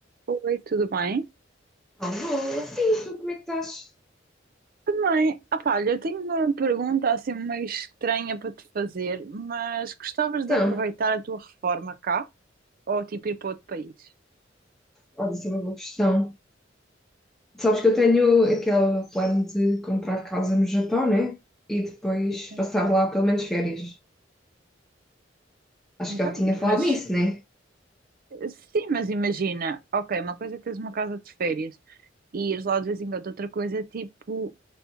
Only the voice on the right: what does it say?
Oi, tudo bem?
Também, ah pá, olha, eu tenho uma pergunta assim meio estranha para te fazer, mas gostavas
de aproveitar a tua reforma cá ou tipo ir para outro país?
Sim, sim.
Então,
mas
sim, mas imagina, ok, uma coisa é teres uma casa de férias, e ires lá de vez em quando. Outra coisa é tipo,